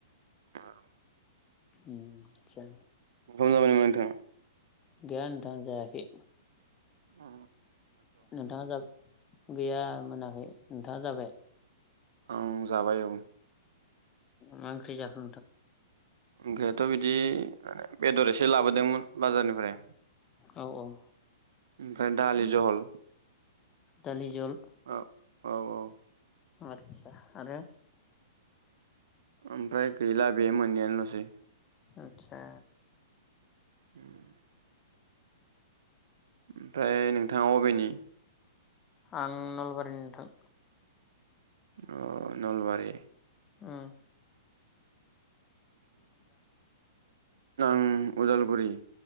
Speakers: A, on the right; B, on the left.
A: औ
B: उम जागोन
A: ओंखाम जाबाय नामा नोंथाङा
B: गैया नोंथां जायाखै
A: औ
B: नोंथाङा जाबाय गैया मोनाखै नोंथाङा जाबाय
A: ओं आं जाबाय औ
B: मा ओंख्रि जाखो
A: ओंख्रियाथ' बिदि माने बेदर एसे लाबोदोंमोन बाजारनिफ्राय
B: औ औ
A: ओमफ्राय दालि जहल
B: दालि जहल
A: औ औ औ
B: आचसा आरो
A: ओमफ्राय गैला बे मोननैयानोल'सै
B: आदसा
A: <inaudible> ओमफ्राय नोंथाङा अबेनि
B: आं नलबारि नोंथां
A: अ नलबारि
B: ओम
A: आं उदालगुरि